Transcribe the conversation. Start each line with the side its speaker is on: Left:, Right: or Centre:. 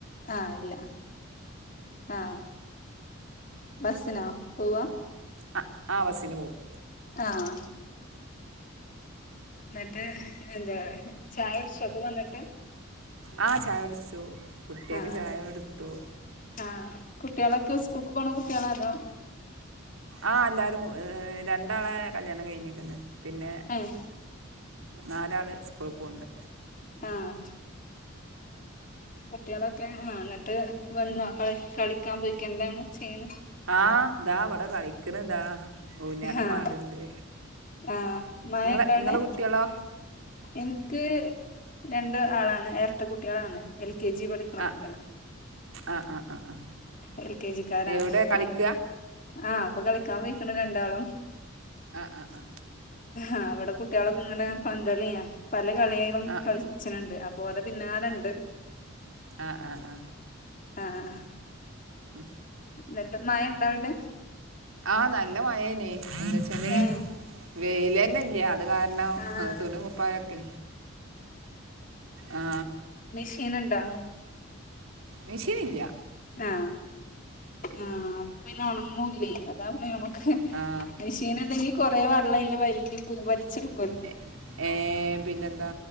Left: ആഹ്, ഇല്ല ആഹ് ബസ്നോ പോവാ?
Right: ആ ആ ബസ്സിന് പോകും
Left: ആഹ്, ന്നട്ട് എന്താ? ചായ കുടിച്ചോ ഇപ്പം വന്നിട്ട്?
Right: ആ ചായ കുടിച്ചു കുട്ടിയക്ക്‌
Left: ആഹ്
Right: ചായ കൊടുത്തു
Left: ആഹ്, കുട്ട്യേളൊക്കെ സ്കൂൾക്ക് പോണ കുട്ടികള അതോ?
Right: ആ എല്ലാരും രണ്ടാളെ കല്ല്യാണം കഴിഞ്ഞിക്കണ് പിന്നെ
Left: ഏഹ്
Right: നാലാൾ സ്കൂള് പോവ്ണ്ട്.
Left: ആഹ് കുട്ട്യോളൊക്കെ ആ എന്നിട്ട് വന്നോ കളി, കളിക്കാൻ പോയിക്ക എന്താണ് ചെയ്യണ്?
Right: ആഹ്, ഇതാ ഇവിടെ കളിക്കണതാ ഊഞ്ഞാലമേ
Left: ആഹ്
Right: ആടുണ്ട്.
Left: ആഹ് മഴ
Right: ഇങ്ങളെ
Left: ഇണ്ടോ
Right: നിങ്ങളെ
Left: അവിടെ
Right: കുട്ടിയോളോ?
Left: എനിക്ക് രണ്ട് ആളാണ് ഇരട്ട കുട്ടികളാണ് എൽ കെ ജി പഠിക്ക <unintelligible>
Right: ആ ആ ആ ആ ആ
Left: എൽ കെ ജിക്കാരാണ്
Right: എവിടെ കളിക്കുക
Left: ആണ് ആഹ്! ഇപ്പൊ കളിക്കാൻ പോയിക്ണ് രണ്ടാളും.
Right: ആ ആ ആ
Left: ആ ഇവിടെ കുട്ടികളൊക്കെ ഇങ്ങനെ പന്തളിയാ പല കളി പ്പം
Right: ആ
Left: കളിച്ചനുണ്ട് അപ്പോ അത് പിന്നാലെ ണ്ട്.
Right: ആ ആ ആ
Left: ആ ഹ
Right: അ
Left: ഇന്നത്തെ മഴ ഉണ്ടൊവിടെ?
Right: ആ നല്ല മഴേന്നേ എന്ന്ച്ചാല്
Left: ഏഹ്
Right: വയ്ല്ന്നെ ഇല്ല അത് കാരണ്
Left: ആഹ്
Right: <unintelligible> തുണി കുപ്പായൊക്കെ ആ
Left: മിഷീനൊണ്ടോ?
Right: മിശീന് ഇല്ല.
Left: ആ... ആ.. അപ്പ പിന്നെ ഉണങ്ങൂല്ലേ? അതാ പിന്നെ നമ്മ ഹ്
Right: ആ
Left: മെഷീൻ ഉണ്ടെങ്കി കൊറേ വെള്ളയ്‌ല് വലിക്കും വലിച്ചെടു
Right: ഏ.... പിന്നെന്താ